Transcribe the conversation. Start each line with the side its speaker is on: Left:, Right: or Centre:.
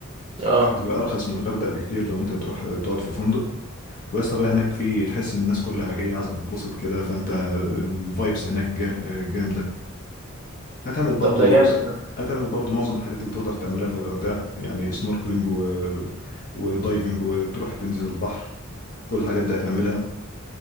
Right: اه
Left: بتبقى ارخص من الغردقة بكتير لو انت تروح تقعد في فندق ويا اسطى بقى هناك في تحس ان الناس كلها جايه عايزه تتبسط كده فانت الفايبس هناك جا- جامده هتعمل برضو
Right: طب ده جامد ده
Left: هتعمل برضو معظم الحاجات اللي تقدر تعملها في الغردقه يعني سنوركلينج و... ودايفنج وتروح تنزل البحر كل الحاجات دي هتعملها